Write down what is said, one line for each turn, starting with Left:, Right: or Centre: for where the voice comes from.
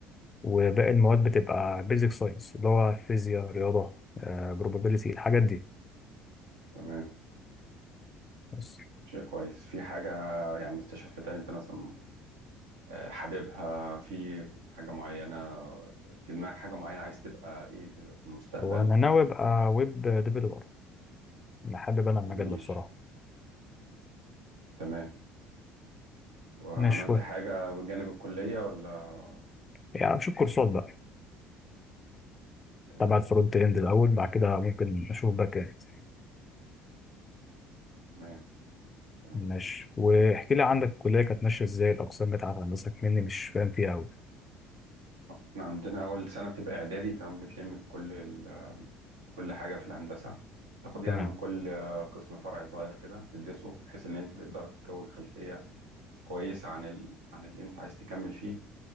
Left: وباقي المواد بتبقى بيزك ساينس اللي هو فيزياء رياضة بروبابيليتي الحاجات دي
Right: تمام
Left: بس
Right: شيء كويس في حاجة يعني استشفتها أنت مثلا آه، حاببها في حاجة معينة في دماغك حاجة معينة عايز تبقى إيه دل- في المستقبل
Left: هو أنا ناوي
Right: كده
Left: أبقى ويب ديفيلوبر أنا حابب أنا المجال
Right: جميل
Left: ده بصراحة
Right: تمام وعملت
Left: مش ويب
Right: حاجة بجانب الكلية ولا
Left: يعني أشوف كورسات بقى
Right: تمام
Left: تبع الفرونت إند الأول بعد كده ممكن أشوف باك إند
Right: تمام تمام
Left: ماشي واحكي لي عندك الكلية كانت ماشية إزاي الأقسام بتاعت هندسك مني مش فاهم فيها أوي
Right: احنا عندنا اول سنه بتبقى اعدادي تمام بتلم بكل ال- كل حاجه في الهندسه تاخد يعني
Left: تمام
Right: من كل قسم فرع صغير كده تدرسه بحيث ان انت تقدر تكون خلفيه كويسه عن ال... عن اللي انت عايز تكمل فيه